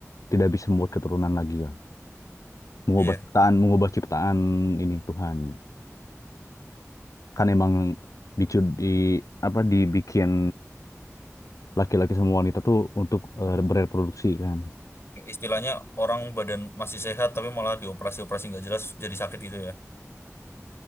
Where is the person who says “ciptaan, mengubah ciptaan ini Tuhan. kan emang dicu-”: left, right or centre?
Left